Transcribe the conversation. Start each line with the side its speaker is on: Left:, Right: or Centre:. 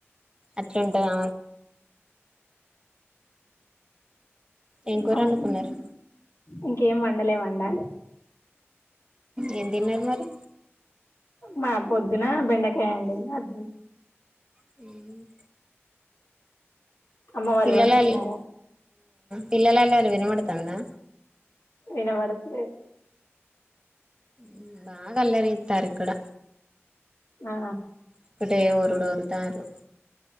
Right: అట్లుంటాదా ఎం కూర
Left: అమ్
Right: వండుకున్నారు.
Left: ఇంకేం వండలే వండలి
Right: ఏం తిన్నారు మరి
Left: మాద్ పొద్దున బెండకాయయండి అద్ తిన్నం
Right: హ్మ్
Left: అమ్మ వాళ్ళు
Right: పిల్లల
Left: మంచిగున్నారా
Right: అల్లల్ పిల్లల అల్లరి వినబడుతందా
Left: వినబడుతా లేదు
Right: మ్మ్ బాగా అల్లరి చేస్తారు ఇక్కడ
Left: ఆ
Right: ఒక్కటే ఊరుడు ఉర్తారు